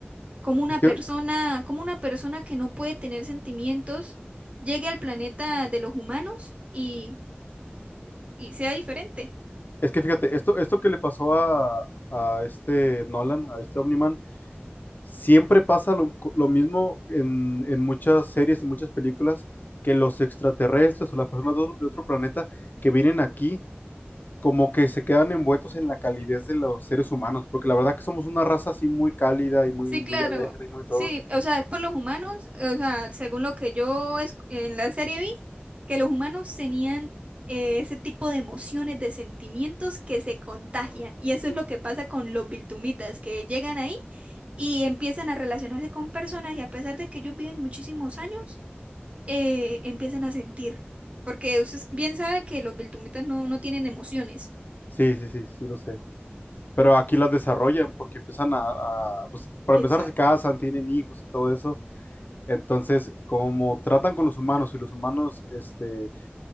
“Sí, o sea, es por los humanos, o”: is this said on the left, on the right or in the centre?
Right